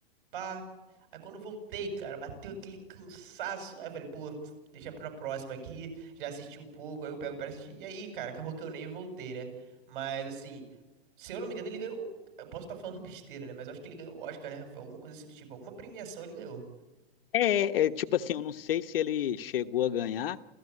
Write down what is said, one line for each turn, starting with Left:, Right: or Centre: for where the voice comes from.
Right: pá. Aí quando eu voltei, cara, bateu aquele cansaço. Aí eu falei, pô, deixa pra próxima aqui. Já assisti um pouco, aí eu pego pra assistir. E aí, cara, acabou que eu nem voltei, né? Mas assim, se eu não me engano, ele ganhou. Eu posso estar falando <laughs> besteira, né? Mas eu acho que ele ganhou o Oscar, né? Foi alguma coisa assim do tipo, alguma premiação ele ganhou.
Left: É, é, tipo assim, eu não sei se ele chegou a ganhar,